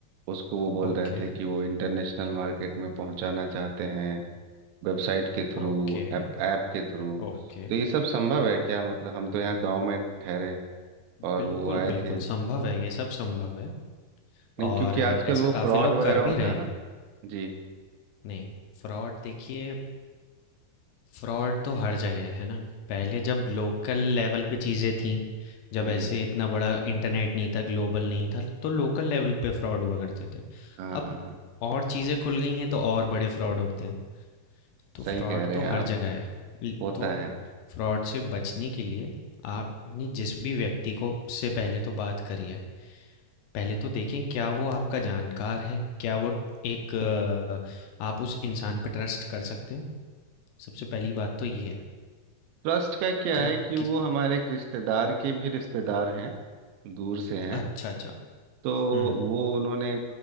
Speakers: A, on the right (about 85°); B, on the left (about 80°).
A: उसको वो बोल
B: okay,
A: रहे थे कि वो इंटरनेशनल मार्केट में पहुंचाना चाहते हैं वेबसाइट के थ्रू
B: okay,
A: ऐप ऐप के थ्रू
B: okay.
A: तो ये सब संभव है क्या मतलब हम तो यहाँ गांव में ठहरे और
B: बिल्कुल,
A: वो आए
B: बिल्कुल
A: थे
B: संभव है, ये सब संभव है
A: नहीं
B: और
A: क्योंकि आजकल
B: ऐसा
A: वो
B: काफ़ी
A: फ्रॉड
B: लोग
A: वगैरह
B: कर
A: होता
B: भी रहे
A: है
B: हैं।
A: ना जी
B: नहीं, फ्रॉड देखिए फ्रॉड तो हर जगह है, है ना? पहले जब लोकल लेवल पे चीज़ें थीं, जब ऐसे
A: जी
B: इतना बड़ा इंटरनेट नहीं था, ग्लोबल नहीं था, तो लोकल लेवल पे फ्रॉड हुआ करते थे।
A: हाँ
B: अब
A: हाँ हाँ
B: और चीज़ें खुल गई हैं तो और बड़े फ्रॉड होते हैं। तो
A: सही
B: फ्रॉड
A: कह रहे
B: तो
A: हैं आप
B: हर जगह है ल-
A: होता
B: तो
A: है
B: फ्रॉड से बचने के लिए आपने जिस भी व्यक्ति को से पहले तो बात करी है पहले तो देखें क्या वो आपका जानकार है क्या वो एक अ, आप उस इंसान पे ट्रस्ट कर सकते हैं सबसे पहली बात तो ये है
A: ट्रस्ट का क्या
B: क्या
A: है कि वो
B: कि
A: हमारे एक रिश्तेदार के भी रिश्तेदार हैं दूर से हैं
B: अच्छा अच्छा
A: तो
B: हम्म
A: वो उन्होंने